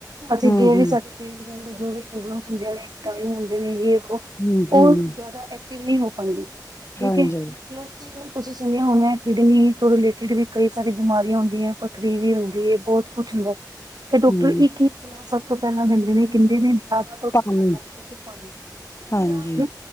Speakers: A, on the right; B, on the left.
A: ਅਸੀਂ
B: ਹੂੰ,
A: ਜੋ ਵੀ
B: ਹੂੰ,
A: ਸਾਡੀ ਪੇਟ ਦੇ ਅੰਦਰ ਜੋ ਵੀ ਪਰੋਬਲਮ ਕੀਟਾਣੂ ਹੁੰਦੇ ਨੇ ਵੋ
B: ਹੂੰ, ਹੂੰ,
A: ਉਹ ਜ਼ਿਆਦਾ ਕਿਨੀ ਹੋ ਪਾਂਦੀ ਠੀਕ
B: ਹਾਂਜੀ,
A: ਐ। ਤੁਸੀਂ ਸੁਣਿਆ ਹੋਣਾ ਕਿਡਨੀ ਤੋਂ ਰਿਲੇਟਿਡ ਵੀ ਕਈ ਸਾਰੀ ਬਿਮਾਰੀਆਂ ਹੁੰਦੀ ਹੈ। ਪਥਰੀ ਵੀ ਹੁੰਦੀ ਹੈ, ਬਹੁਤ ਕੁੱਛ ਹੁੰਦਾ ਡਾਕਟਰ
B: ਹੂੰ,
A: ਇਕ ਹੀ ਸਲਾਹ ਸਭ ਨੂੰ ਪਹਿਲਾਂ ਦਿੰਦੇ ਨੇ ਕਹਿ ਦਿੰਦੇ ਨੇ ਜ਼ਿਆਦਾ ਤੋਂ ਜ਼ਿਆਦਾ
B: ਪਾਣੀ,
A: ਪਹਿਲਾ ਤੁਸੀਂ ਪਾਣੀ ਪੀਓ।
B: ਹਾਂਜੀ।